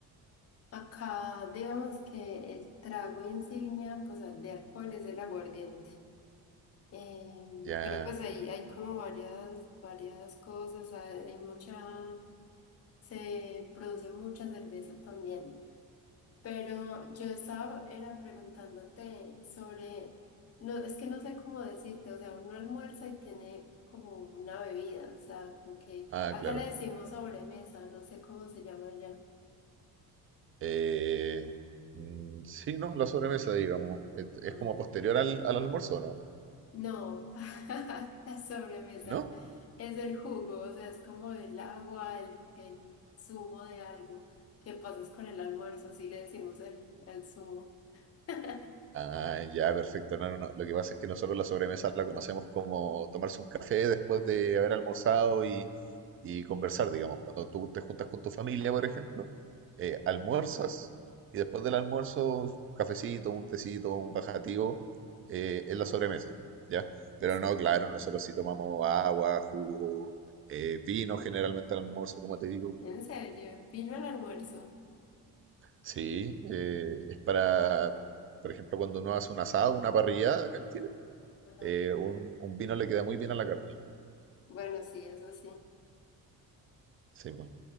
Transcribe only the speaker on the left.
Acá, digamos que el trago insignia, pues, al de alcohol es el aguardiente. Eh,
pero pues ahí hay como varias, varias cosas, hay hay mucha, se produce mucha cerveza también. Pero yo estaba, era preguntándote sobre, no, es que no sé cómo decirte, o sea, uno almuerza y tiene como una bebida, o sea, como que
acá
le decimos sobremesa, no sé cómo se llama allá.
Ah,
ok.
No, <laughs> la sobremesa
es el jugo, o sea, es como el agua, el, el zumo de algo que pasas con el almuerzo, así le decimos el, el zumo. <laughs>
Sí.
¿En serio? ¿Vino el almuerzo?
Ajá.
Bueno, sí, eso sí.